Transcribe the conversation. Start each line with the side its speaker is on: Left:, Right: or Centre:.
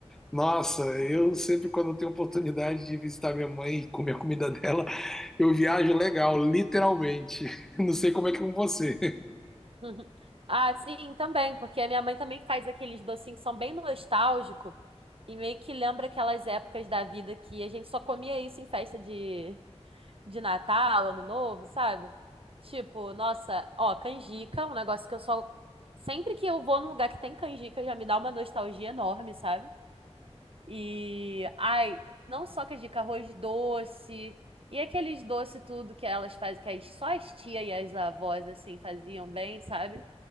Centre: Nossa,
Right: Uhum.
Centre: eu sempre quando eu tenho oportunidade de visitar minha mãe e comer a comida dela, eu viajo legal, literalmente. <laughs> Não sei como é que é com você.
Right: <laughs> Ah, sim, também, porque a minha mãe também faz aqueles docinhos que são bem nostálgicos e meio que lembra aquelas épocas da vida que a gente só comia isso em festa de, de Natal, Ano Novo, sabe? Tipo, nossa, ó, canjica, é um negócio que eu só. Sempre que eu vou num lugar que tem canjica, já me dá uma nostalgia enorme, sabe? E, ai, não só que é dica, arroz doce. E aqueles doce tudo que elas fazem, que as, só as tias e as avós, assim, faziam bem, sabe?